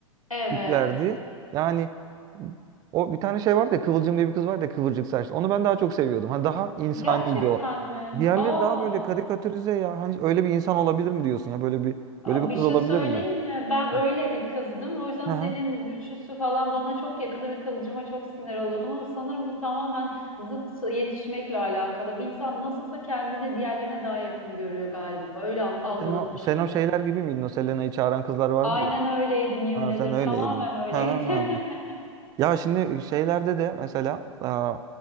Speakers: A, on the left (about 90°); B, on the right (about 20°).
A: Evet.
B: tiplerdi. Yani o bir tane şey vardı ya Kıvılcım diye bir kız vardı ya kıvırcık saçlı. Onu ben daha çok seviyordum. Hani daha insaniydi
A: Gerçekten
B: o.
A: mi?
B: Diğerleri
A: Aa.
B: daha böyle karikatürize ya. Hani öyle bir insan olabilir mi diyorsun ya? Böyle bir
A: Aa,
B: böyle bir kız
A: Bir şey
B: olabilir
A: söyleyeyim
B: mi?
A: mi? Ben
B: Ha.
A: öyle bir kızdım. O yüzden
B: Hı
A: Selin
B: hı.
A: üçlüsü falan bana çok yakında ve kılıcıma çok sinir olurdum. Ama sanırım bu tamamen zıt yetişmekle alakalı. Bir insan nasılsa kendini diğerlerine daha yakın görüyor galiba. Öyle an- algıladım
B: Sen o,
A: şimdi.
B: sen o şeyler gibi miydin? O Selena'yı çağıran kızlar vardı
A: Aynen
B: ya.
A: öyleydim yemin
B: Ha
A: ederim.
B: sen öyleydin.
A: Tamamen öyleydi.
B: Ha.
A: <laughs>
B: Ya şimdi şeylerde de mesela aa,